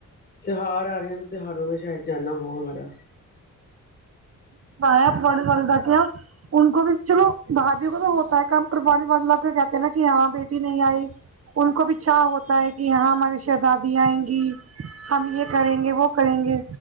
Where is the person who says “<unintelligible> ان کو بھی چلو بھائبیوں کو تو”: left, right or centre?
Right